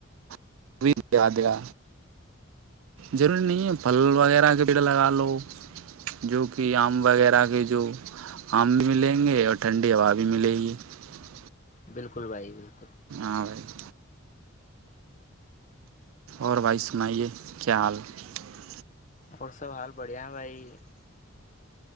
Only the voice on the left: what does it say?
بالکل بھائی ج <unintelligible>
اور سب حال بڑھیا ہے بھائی <unintelligible>